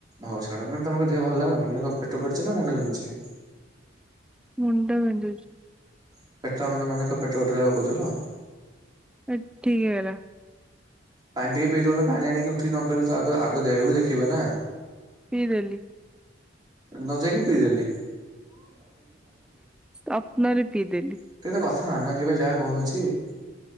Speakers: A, on the right; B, in the centre.
A: ହଉ ଛାଡ଼ ମାନେ ଦେହ ଭଲ୍‌ ଲାଗୁନି? ମାନେ କ'ଣ ପେଟ କଟୁଚି ନା ମୁଣ୍ଡ ବି--ଛି?
B: ମୁଣ୍ଡ ବିନ୍ଦୁଚି।
A: <inaudible>
B: <inaudible>
A: ପାଣି ଟିକେ ପିଇ ଦଉନ, ପାଣି ଆଣିକି ଉଠି ନଗଲେ---------ଆଗ ଦେହକୁ ଦେଖିବ ନା।
B: ପିଇଦେଲି।
A: ନ ଯାଇକି ପିଇ ଦେଲି।
B: ସପ୍ନରେ ପିଇଦେଲି।
A: <inaudible>